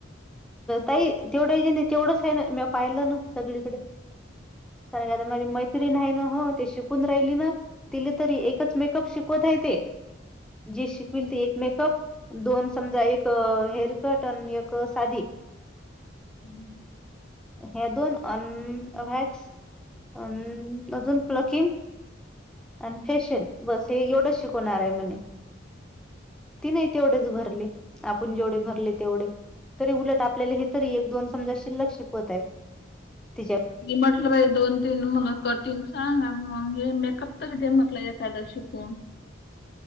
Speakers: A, in the centre; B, on the left.
A: ताई तेवढं <unintelligible> नाही तेवढंच आहे <unintelligible> ना मी पाहिलं ना सगळीकडे कारण का आता माझी मैत्रीण ना हो ते शिकून राहिली ना तिले तरी एकच मेकअप शिक शीकवत आहे ते, जे शिकवईलत एक मेकअप दोन समजा एक हेअर उद्घटन <unintelligible> योक साधी
B: हम्म.
A: हे दोन अन वॅक्स अन अजून प्लकिंग अन फेशियल बस हे एवढंच शिकवणार आहे म्हणे, तीने तेवढेच भरले. आपण जेवढे भरले तेवढे, तरी उलट आपल्याला हे तरी एक दोन समजा शिल्लक्षिक होत आहे. तिच्या
B: मी म्हटलं बाइ दोन तीन मुलं कट तिला सांग ऑनलाईनले मेकअप तरी ते म्हटलं एखादा शिकून.